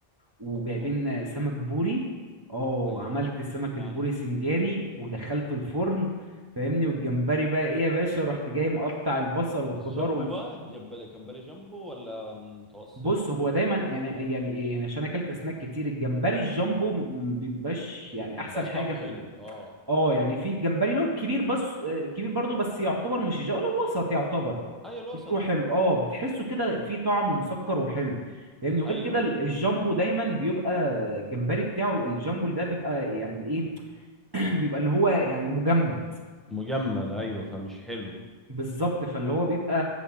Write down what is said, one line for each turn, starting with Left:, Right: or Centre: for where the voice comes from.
Right: وجايبين
Centre: اوبا
Right: سمك بوري اه
Centre: ايوه
Right: عملت السمك
Centre: دلعني
Right: البوري سنجاري ودخلته الفرن فاهمني والجمبري بقى ايه يا باشا رحت جاي مقطع البصل والخضار
Centre: الجامبو بقى جاب كمبري جامبو ولا متوسط
Right: بص هو دايما يعني يعني ايه يعني عشان اكلت اسماك كتير الجمبري الجامبو م- م- بيبقاش يعني احسن
Centre: مبقاش
Right: حاجه
Centre: طعمه
Right: في
Centre: حلو
Right: الأكل.
Centre: اه
Right: اه يعني في جمبري له كبير بس آه، كبير برضه بس يعتبر مش الجو الوسط يعتبر
Centre: ايوه الوسط
Right: كبير وحلو اه بتحسه كده فيه طعم ومسكر وحلو يعني وغير
Centre: ايوه
Right: كده ال- الجامبو دايما بيبقى الجمبري بتاعه الجامبو ده بيبقى يعني الايه <clears throat> بيبقى اللي هو يعني مجمد
Centre: مجمد ايوه فمش حلو
Right: بالظبط فاللي هو بيبقى